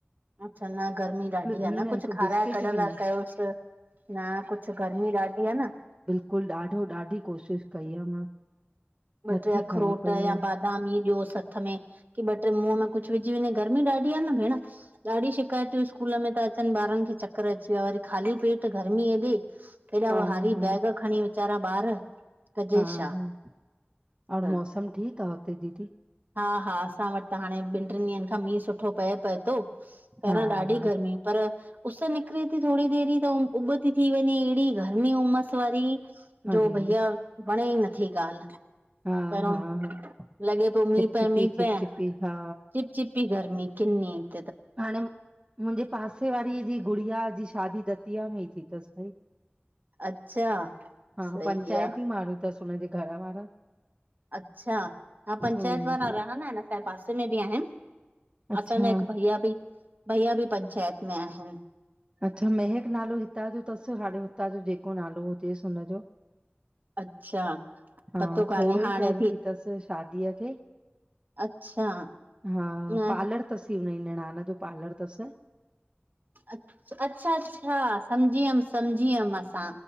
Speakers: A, on the right; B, on the right.
A: अच्छा न गर्मी ॾाढी आ
B: बि
A: न कुझ
B: हिकु
A: खाराए
B: बिस्किट
A: कढंदा
B: बि न
A: कयोस। न कुझ गर्मी ॾाढी आ न।
B: बकुल ॾाढो ॾाढी कोशिश कई आ मां।
A: ॿ
B: नथी
A: टे अखरोट
B: खाए पई उहा
A: या बादामी ॾियो हथ में की ॿ टे मुंह में -- कुझु विझी वञे गर्मी ॾाढी आ न भेण ॾाढी शिकायतूं स्कूल में त -- चनि ॿारन खे चकर अची वियो आहे वरी ख़ाली पेट गर्मीअ एॾी -- केॾा
B: हा हा
A: भारी
B: हा
A: बैग खणी वीचारा ॿार कजे
B: हा
A: छा।
B: हा और
A: त
B: मौसम ठीक आ हुते दीदी --
A: हा हा असां वटि त हाणे ॿिन टिन ॾींहंन खां मींहुं सुठो पए पए थो पहिरां
B: हा
A: ॾाढी
B: हा
A: गर्मी। त उस निकरे थी थोरी देेरी त उभ थी वञे अहिड़ी -- गरमी उमस वारी
B: अरे
A: जो भईया वणे ई नथी ॻाल्ह।
B: हा
A: पहिरों
B: हा हा
A: लॻे पियो मींह
B: चिपचिपी
A: पए मींह
B: चिपचिपी
A: पए
B: हा
A: चिप चिप -- कि गर्मी किनी --
B: हाणे मुंजे पासे वारीअ जी गुड़िया जी शादी दतिया में ई थी तस।
A: अच्छा
B: हा
A: सही
B: पंचायती
A: आ
B: माण्हू तस हुनजे घर वारा।
A: अच्छा हा पंचायत
B: हम्म
A: वारा रहंदा आइन असांजे पासे में बि आहिन।
B: अच्छा
A: असांजा हिक भैया बि भैया बि पंचायत में आहिन।
B: अच्छा महक नालो हितां जो तस हाणे हुतां जो जेको नालो हुजेस हुनजो।
A: अच्छा
B: हा
A: पतो कान्हे
B: थोरो
A: हाणे
B: ई टाइम थी तस शादीअ खे।
A: अच्छा
B: हा
A: न
B: पारलर तस निणान जो पार्लर तस।
A: अ अच्छा अच्छा सम्झी वियम सम्झी वियम असां